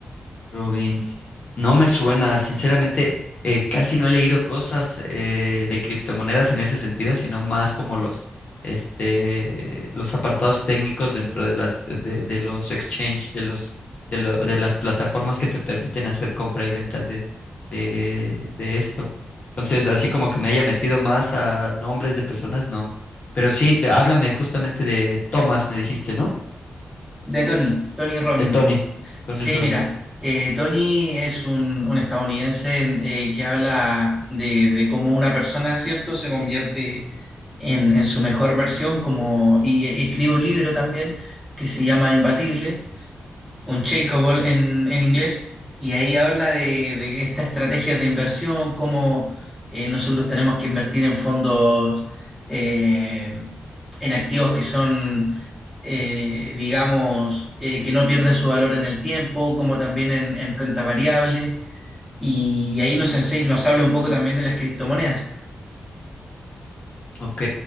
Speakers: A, on the left; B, in the centre.
A: Rubins, no me suena, sinceramente, eh, casi no he leído cosas eh, de criptomonedas en ese sentido, sino más como los, este, los apartados técnicos dentro de las, de, de los exchange, de los, de lo- de las plataformas que te permiten hacer compra y venta de, de, de esto. Entonces, así como que me haya metido más a nombres de personas, no. Pero sí, de- háblame justamente de Thomas, me dijiste, ¿no?
B: de Tony, Tony Robbins.
A: De Tony, Tony
B: Sí,
A: Robbins.
B: mira, eh, Tony es un, un estadounidense eh, que habla de, de cómo una persona, ¿cierto?, se convierte en, en su mejor versión como, y, y escribe un libro también que se llama Imbatible un Ball en, en inglés, y ahí habla de, de estas estrategias de inversión, cómo eh, nosotros tenemos que invertir en fondos, eh, en activos que son, eh, digamos, eh, que no pierden su valor en el tiempo, como también en, en renta variable. Y ahí nos ense- nos habla un poco también de las criptomonedas.
A: Ok.